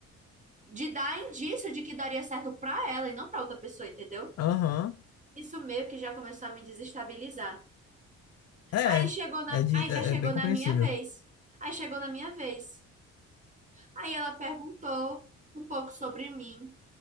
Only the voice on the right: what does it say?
de dar indício de que daria certo pra ela e não pra outra pessoa, entendeu?
Isso meio que já começou a me desestabilizar.
Aí chegou na,
aí já
chegou
na minha vez. Aí chegou na minha vez. Aí ela perguntou um pouco sobre mim.